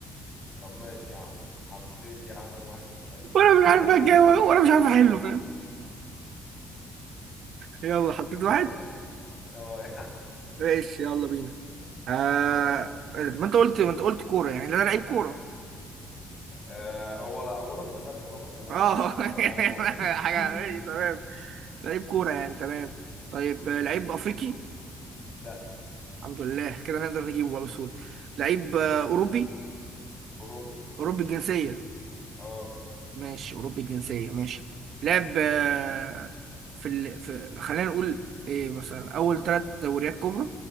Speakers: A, on the left; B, on the right.
A: طب ماشي يا عم حطيت يا عم واحد في دماغي
B: وانا
A: <laughs>
B: مش عارف اتجاوب وانا مش عارف احله فاهم يلا حطيت واحد
A: اه اه يا عم
B: ماشي يلا بينا آه...
A: تمام
B: ما انت قلت ما انت قلت كورة يعني انا لعيب كورة
A: آه هو هو انا متخلف اه بس ماشي
B: اه
A: تمام
B: <laughs>
A: هو لاعب كورة <laughs>
B: حاجة ماشي تمام لعيب كورة يعني تمام طيب
A: امم
B: آه، لعيب افريقي
A: لا
B: الحمد لله كده نقدر نجيبه بقى بسهولة لعيب آه، اوروبي
A: اوروبي
B: اوروبي الجنسية
A: اه
B: ماشي أوروبي الجنسية ماشي لعب آه، في ال... في خلينا نقول إيه مثلا أول ثلاث دوريات كبرى